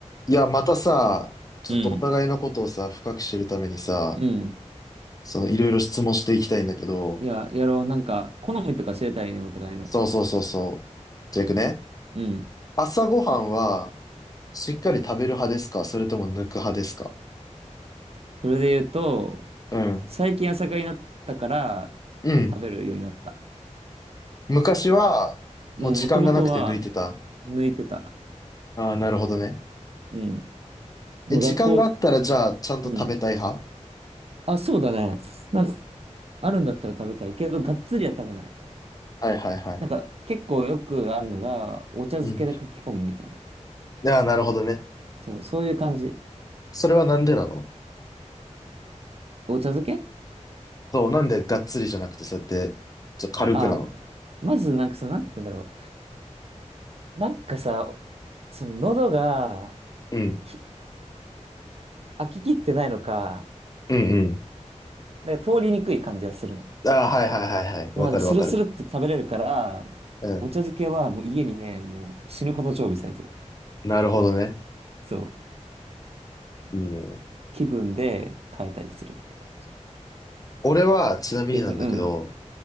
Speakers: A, on the left; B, on the right.
A: いや、またさ、ちょっとお互いのことをさ、
B: うん。
A: 深く知るためにさ、
B: うん。
A: そのいろいろ質問していきたいんだけど、
B: いや、やろう。なんか、好みとか知れたいね、お互いの。
A: そうそうそうそう。じゃあ行くね。
B: うん。
A: 朝ごはんは、しっかり食べる派ですかそれとも抜く派ですか
B: それで言うと、
A: うん。
B: 最近朝霞になったから、
A: うん。
B: 食べるようになった。
A: 昔は、
B: もう、
A: もう時間がなくて抜いてた。
B: 元々は、抜いてた。
A: ああ、なるほどね。
B: うん。もう学校、
A: え、時間があったら、じゃあ、ちゃんと食べたい派
B: うん。あ、そうだね。なんか、あるんだったら食べたいけど、がっつりは食べない。
A: はいはいはい。
B: なんか、結構よくあるのが、お茶漬けで書き込むみたいな。
A: うん。ああ、なるほどね。
B: そう、そういう感じ。
A: それはなんでなの
B: お茶漬け
A: そう、なんでがっつりじゃなくて、そうやって、ちょっと軽くなの
B: あ、まず、なんか、その、なんて言うんだろう。なんかさ、その、喉が、
A: うん。
B: ひ飽き切ってないのか、
A: うんうん。
B: なんか通りにくい感じがするの。で
A: ああ、はいはいはいはい。わかるわかる。
B: もなんかスルスルっと食べれるから、
A: うん。
B: お茶漬けはもう家にね、もう死ぬほど常備されてる。
A: なるほどね。
B: そう。
A: いいね。
B: 気分で変えたりするって感じ。
A: 俺は、ちなみになんだけど、
B: 逆に、うん。